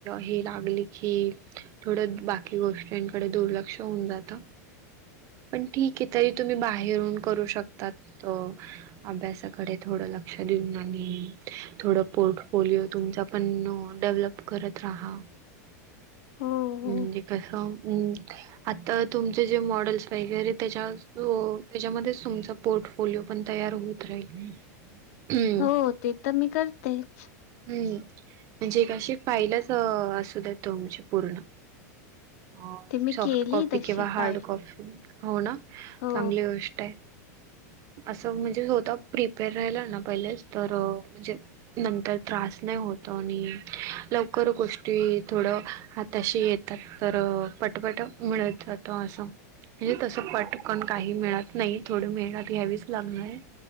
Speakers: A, on the right; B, on the left.
A: हे लागली की थोडं बाकी गोष्टीकडे दुर्लक्ष होऊन जातं. पण ठीक आहे तरी तुम्ही बाहेरून करू शकता अह अभ्यासाकडे थोड लक्ष देऊन आणि थोड पोर्टफोलीओ तुमचा पण डेव्हलप करत राहा,
B: हो हो
A: म्हणजे कस हम्म. आता तुमचे जे मॉडेल्स वगैरे तेच्यात हो त्याच्यामध्येच तुमचा पोर्टफोलिओ पण तयार होत राहील. हम्म
B: हो ते तर मी करतेच.
A: हम्म म्हणजे एक अशी फाईलच अह असू द्या तुमची पूर्ण. अह
B: ते मी
A: सॉफ्ट
B: केली
A: कॉपी
B: तशी
A: किंवा
B: फाईल
A: हार्ड कॉपी. हो ना,
B: हो
A: चांगली गोष्ट आहे. असं म्हणजे स्वतः प्रिपेअर राहिला ना पहिलेच तर म्हणजे नंतर त्रास नाही होत आणि लवकर गोष्टी थोड हा तशी येतात तर पटपटा मिळत जात असं. म्हणजे तसं पटकन काही मिळत नाही, थोड मेहनत घ्यावीचं लागणार आहे